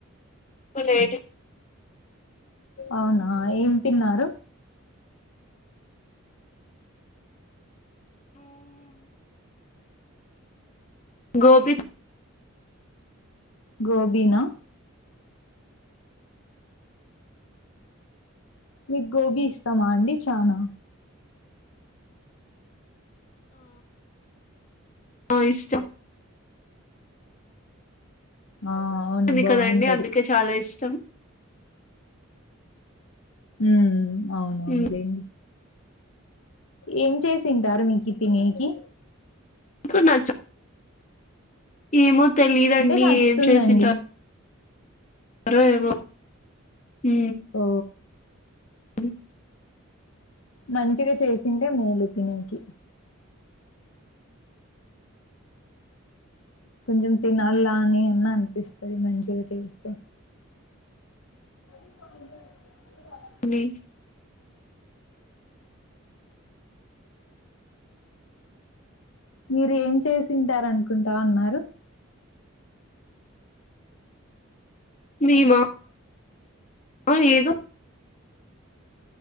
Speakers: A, on the left (about 35°); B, on the left (about 70°).
A: లేటు
B: అవునా ఏం తిన్నారు
A: గోబి
B: గోబిన మీక్ గోబీ ఇస్తామా అండి చానా
A: ఆ ఇష్టం
B: ఆ అవును
A: ఉంది
B: బాగుంటది
A: కదండి అందుకే చాలా ఇష్టం
B: ఊ అవునవున్
A: మ్
B: లేండి ఏం చేసింటారు మీకి తినీకి
A: కు నచ్చ ఏమో తెలిదండి
B: అంటే నచ్చుతుందండి
A: ఏం చేసింటార్ ఆరో ఏమో హూ
B: సో
A: ఉ
B: మంచిగా చేసింటే మేలు తినేకి కొంచెం తినలా అని అన్నా అనిపిస్తది మంచిగా చేస్తే <inaudible>
A: మీకి
B: మీరు ఏం చేసింటారనుకుంటా అన్నారు
A: మీమా ఆ ఏదో